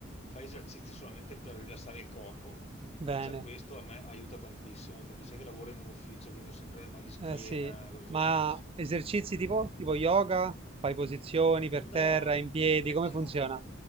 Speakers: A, on the left; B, on the right.
A: fai esercizi solamente per rilassare il corpo. E
B: Bene,
A: già questo a me aiuta tantissimo, perché sai che lavoro in un ufficio, quindi ho sempre mal di schiena,
B: eh sì,
A: così.
B: ma
A: eh.
B: esercizi tipo, tipo yoga? Fai posizioni
A: No,
B: per terra,
A: è,
B: in piedi,
A: è- è
B: come
A: più,
B: funziona?